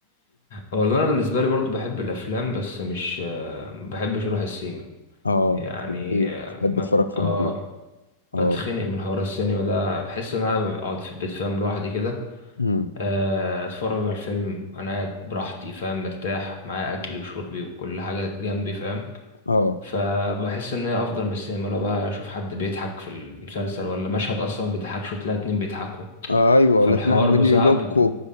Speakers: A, on the left; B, on the left.
A: والله انا بالنسبه لي برضو بحب الافلام بس مش آه، ما بحبش اروح السينما
B: اه
A: يعني
B: في البيت
A: آه
B: تحب
A: ما-
B: اتفرج
A: ب-
B: في
A: آه،
B: البيت
A: بتخنق
B: اه
A: من حوار السينما ده بحس ان انا بقعد في البيت فاهم لوحدي كده
B: امم
A: آه، اتفرج على الفيلم انا قاعد براحتي فاهم مرتاح معايا اكلي وشربي وكل حاجه جنبي فاهم
B: اه
A: فبحس ان هي افضل من السينما لو بقى اشوف حد بيضحك في المسلسل ولا مشهد اصلا ما بيضحكش وتلاقي اتنين بيضحكوا
B: آه، ايوه
A: فالحوار
B: ولا اتنين عمالين
A: بصعب
B: يلوكوا